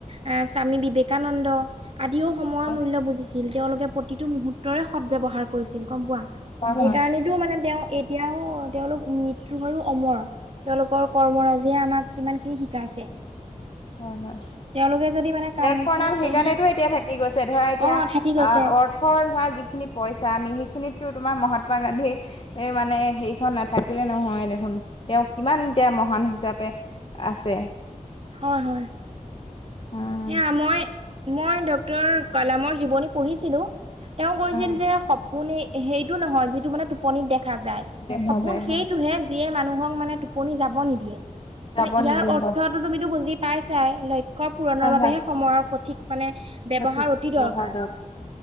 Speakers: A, on the right; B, on the left.
A: আহ স্বামী বিবেকানন্দ, আদিও সময়ৰ
B: হয়
A: মূল্য বুজিছিল। তেওঁলোকে প্ৰতিটো মুহূৰ্তৰে সদব্যৱহাৰ কৰিছিল, গম পোৱা?
B: হয় হয়
A: সেইকাৰণেতো মানে তেওঁ এতিয়াও তেওঁলোক মৃত্যু হৈও অমৰ। তেওঁলোকৰ কৰ্মৰাজিয়ে আমাক কিমানখিনি শিকাইছে।
B: হয়, হয়।
A: তেওঁলোকে যদি মানে কাম
B: তেওঁলোকৰ
A: খিনি
B: নাম সেইকাৰণেটো
A: এৰি
B: এতিয়া থাকি গৈছে। ধৰা এতিয়া,
A: অ থাকি গৈছে
B: অ থৰ ধৰা যিখিনি পইছা আমি সিখিনিতো তোমাৰ মহাত্মা গান্ধীৰ এই মানে সেইখন নাথাকিলে নহয় দেখোন, তেওঁ কিমান এতিয়া মহান হিচাপে আছে।
A: হয়, হয়।
B: উম
A: সেয়া মই মই ডক্টৰৰ কালামৰ জীৱনী পঢ়িছিলোঁ। তেওঁ কৈছিল
B: উম
A: যে সপোন সেইটো নহয় যিটো মানে টোপনিত দেখা যায়।
B: দেখা
A: সপোন
B: যায়
A: সেইটোহে
B: হয়
A: যিয়ে মানুহক মানে টোপনি যাব নিদিয়ে। মানে
B: যাব
A: ইয়াৰ
B: নিদিয়ে
A: অৰ্থতো
B: হয়
A: তুমিতো বুজি পাইছাই। লক্ষ্য পূৰণৰ
B: হয়
A: বাবেহে
B: হয়
A: সময়ৰ সঠিক মানে ব্যৱহাৰ
B: ঠিক
A: অতি দৰকাৰ।
B: ব্যৱহাৰ